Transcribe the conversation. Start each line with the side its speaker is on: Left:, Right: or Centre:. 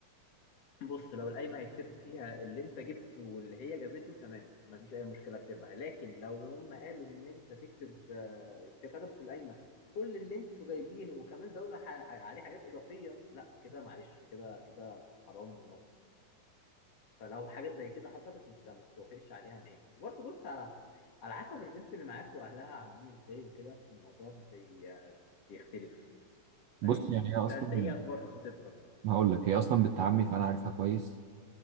Left: بص لو القايمة هيتكتب فيها اللي انت جبته واللي هي جابته تمام مفيش أي مشكلة اكتبها لكن لو هم قالوا إن انت تكتب آه، كتبوا في القايمة كل اللي انتوا جايبينه وكمان زودوا ح- عليه حاجات إضافية لا كده معلش كده كده حرام ونصب يعني. فلو حاجة زي كده حصلت انت ما توافقش عليها نهائي وبرضه بص على على حسب البنت اللي معاك وأهلها عاملين ازاي وكده في الموضوع بي... بيختلف
Right: بص
Left: فاهمني
Right: يعني هي
Left: انت
Right: اصلا
Left: انت ايه أخبار خطيبتك؟
Right: ما هقول لك هي اصلا بالتعمي فانا عارفها كويس